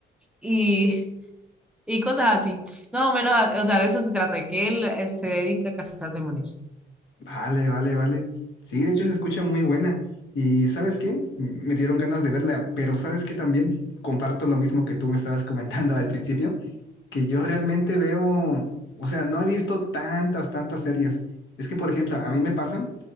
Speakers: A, in the centre; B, on the left.
A: Y, y cosas así, más o menos, o sea, de eso se trata, que él eh, se dedica a cazar demonios.
B: vale, vale, vale. Sí, de hecho se escucha muy buena. Y ¿sabes qué? Me dieron ganas de verla, pero ¿sabes qué también? Comparto lo mismo que tú me estabas comentando al principio que yo realmente veo, o sea, no he visto tantas, tantas series. Es que, por ejemplo, a mí me pasa